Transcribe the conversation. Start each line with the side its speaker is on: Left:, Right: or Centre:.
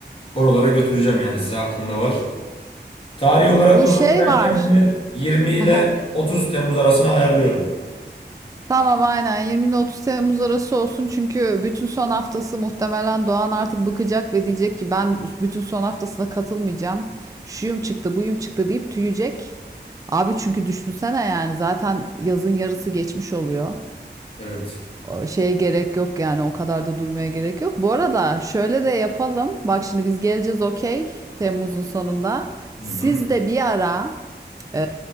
Left: Oralara götüreceğim yani size aklımda var. Tarihi olarak
Right: Bu
Left: da o
Right: şey
Left: zaman ben
Right: var.
Left: kendimi 20
Right: <laughs>
Left: ile 30 Temmuz arasına ayarlıyorum.
Right: Tamam aynen 20 ile 30 Temmuz arası olsun çünkü bütün son haftası muhtemelen Doğan artık bıkacak ve diyecek ki ben bütün son haftasına katılmayacağım. Şuyum çıktı buyum çıktı deyip tüyecek. Abi çünkü düşünsene yani zaten yazın yarısı geçmiş oluyor.
Left: Evet.
Right: O şeye gerek yok yani o kadar da durmaya gerek yok. Bu arada şöyle de yapalım. Bak şimdi biz geleceğiz okey Temmuz'un sonunda.
Left: Hı
Right: Siz
Left: hı.
Right: de bir ara ee,